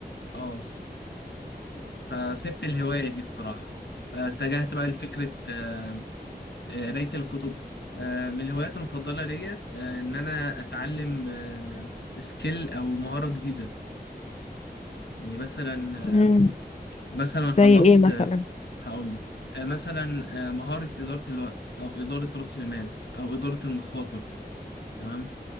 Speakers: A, on the left (about 85°); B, on the left (about 40°).
A: اه فسبت الهواية دي الصراحة آه، اتجهت بقى لفكرة آه، آه، قراية الكتب آه، من الهوايات المفضلة ليا آه، ان انا اتعلم آه، سكيل او مهارة جديدة يعني مثلا
B: امم
A: آه، مثلا
B: زي
A: خلصت
B: ايه مثلا
A: هقول لك آه، مثلا آه، مهارة إدارة الوقت أو إدارة رأس المال أو إدارة المخاطر تمام